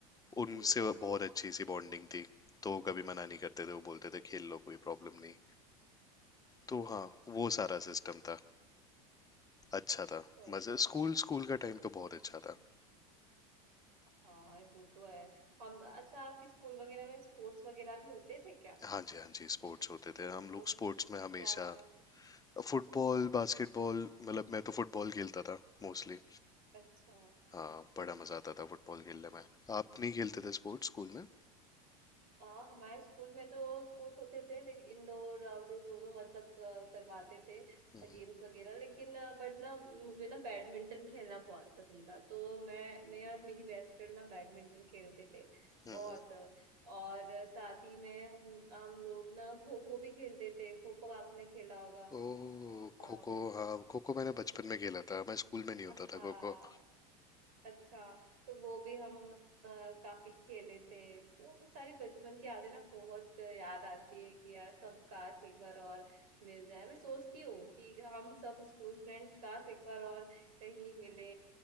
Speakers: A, on the left; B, on the right.
A: उनसे
B: हम्म
A: बहुत अच्छी सी बॉन्डिंग थी तो वो कभी मना नहीं करते थे वो बोलते थे खेल लो कोई प्रॉब्लम नहीं तो हाँ वो सारा सिस्टम था अच्छा था
B: सही
A: मजे
B: है
A: स्कूल स्कूल का टाइम तो बहुत अच्छा था
B: हाँ वो तो है हम अच्छा आपके स्कूल वगैरह में स्पोर्ट्स वगैरह भी होते थे क्या
A: हाँ जी हाँ जी स्पोर्ट्स होते थे हम लोग
B: तो
A: स्पोर्ट्स
B: क्या
A: में हमेशा
B: क्या
A: फुटबॉल बास्केटबॉल मतलब मैं तो फुटबॉल खेलता था मोस्टली
B: अच्छा
A: हाँ बड़ा मजा आता था फुटबॉल खेलने में आप नहीं खेलते थे स्पोर्ट्स स्कूल में
B: हाँ हमारे स्कूल में तो स्पोर्ट्स होते थे लेकिन इंडोर आउटडोर दोनों मतलब अ, करवाते थे
A: हम्म
B: गेम्स वगैरह लेकिन बट ना मुझे ना बैडमिंटन खेलना बहुत पसंद था तो मैं मैं और मेरी बेस्ट फ्रेंड ना बैडमिंटन खेलते थे
A: हम्म।
B: बहुत और साथ ही में हम हम लोग ना खो खो भी खेलते थे खो खो आपने खेला होगा
A: ओ
B: हाँ
A: खो खो हाँ खो खो मैंने बचपन में खेला था मैं स्कूल में नहीं होता
B: हाँ
A: था खो खो
B: अच्छा तो वो भी हम अ, काफी खेले थे तो वो सारी बचपन की यादें ना बहुत याद आती है कि यार सब काश एक बार और मिल जाए मैं सोचती हूँ कि हम सब स्कूल फ्रेंड्स काश एक बार और कहीं मिले